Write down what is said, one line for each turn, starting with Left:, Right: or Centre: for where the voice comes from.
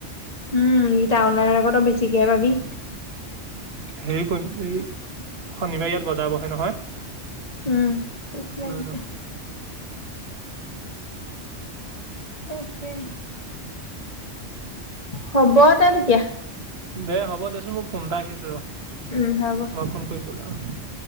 Left: উম, এতিয়া অনলাইনৰ আকৌ বেছিকেহে পাবি।
Right: হেৰি কৰিম এই, শনিবাৰে ইয়াত বজাৰ বহে নহয়।
Left: উম, ভোগ লাগিছে।
Right: লৈ ল'ম
Left: তাকে। হ'ব দে তেতিয়া।
Right: দে হ'ব দেচোন, মোৰ ফোন এটা আহি আছ ৰ'।
Left: উম, হ'ব।
Right: মই ফোন কৰিম। <unintelligible>